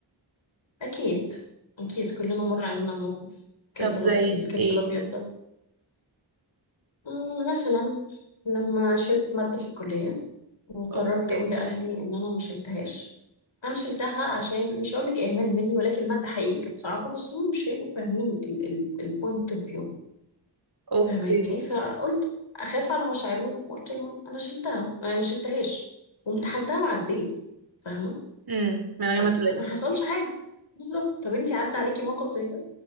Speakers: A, on the left; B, on the right.
A: أكيد أكيد كلنا مر علينا موقف الكذب
B: طب زي
A: الأب- الكذب
B: ايه
A: الأبيض ده مم، مثلا لما شلت مادة في الكلية وقررت
B: اوكي
A: أقول لأهلي إن أنا ما شلتهاش أنا شلتها عشان مش هقولك إهمال مني ولكن المادة حقيقي كانت صعبة بس هم مش هيبقوا فاهمين البوينت اوف فيو
B: اوكي
A: فاهماني فقلت أخاف على مشاعرهم وقلت لهم أنا شلتها أنا ما شلتهاش وامتحنتها وعديت فاهمة
B: امم من غير
A: بس
B: ما تقولي
A: ما
B: لهم
A: حصلش حاجة بالظبط طب انتي عدى عليكي موقف زي